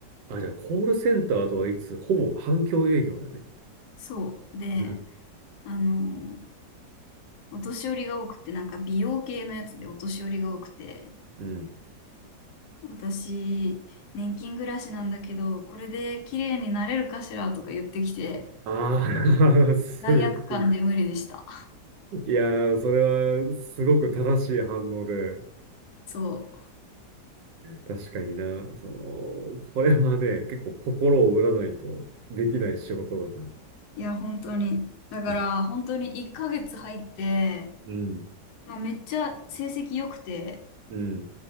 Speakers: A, on the right (about 80°); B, on the left (about 70°).
A: あ、じゃあ、コールセンターとはいつ、ほぼ反響営業だね。
B: そう。で、
A: うん。
B: あの、お年寄りが多くて、なんか美容系のやつでお年寄りが多くて、
A: うん。
B: 私、年金暮らしなんだけど、これで綺麗になれるかしらとか言ってきて、
A: <laughs> ああ、<laughs> すごい。
B: 罪悪感で無理でした。
A: いやー、それは、すごく正しい反応で、
B: そう。
A: 確かにな、その、これはね、結構心を折らないとできない仕事だな。
B: いや、本当に。だから、
A: う
B: 本当に1ヶ月入って、
A: ん。
B: まあ、めっちゃ成績良くて、
A: うん。